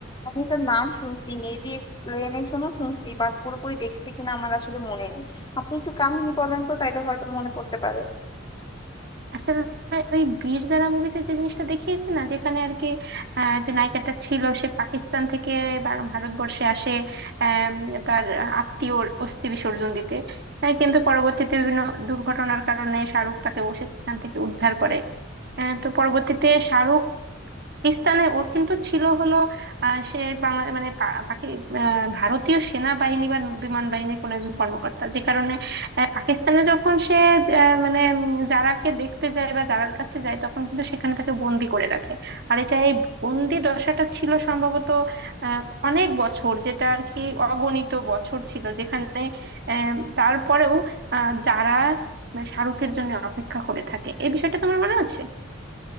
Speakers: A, on the left; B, on the right.
A: আমি এটার নাম শুনছি মেবি এক্সপ্লেনেশনও শুনছি বাট পুরোপুরি দেখছি কিনা আমার আসলে মনে নেই আপনি একটু কাহিনী বলেন তো তাইলে হয়তো মনে পড়তে পারে
B: আসলে ওই বীর যারা মুভিতে যে জিনিসটা দেখিয়েছে না যেখানে আর কি আহ, যে নায়িকাটা ছিল সে পাকিস্তান থেকে বা- ভারতবর্ষে আসে আম, তার আত্মীয় অস্থি বিসর্জন দিতে আহ, কিন্তু পরবর্তীতে বিভিন্ন দুর্ঘটনার কারণে শাহরুখ তাকে ও সেখান থেকে উদ্ধার করে আহ, তো পরবর্তীতে শাহরুখ স্থানে ওর কিন্তু ছিল হলো আহ, সে বাংলা মানে পা- পাকি আহ, ভারতীয় সেনাবাহিনী বা বিমান বাহিনীর কোন একজন কর্মকর্তা যে কারণে আহ, পাকিস্তানে যখন সে আহ, মানে উম, যারাকে দেখতে যায় বা যারার কাছে যায় তখন কিন্তু সেখানে তাকে বন্দি করে রাখে আর এটা এই বন্দি দশাটা ছিল সম্ভবত আহ, অনেক বছর যেটা আর কি অগণিত বছর ছিল যেখানে আহ, তারপরেও আহ, যারা মানে, শাহরুখের জন্য অপেক্ষা করে থাকে এই বিষয়টা তোমার মনে আছে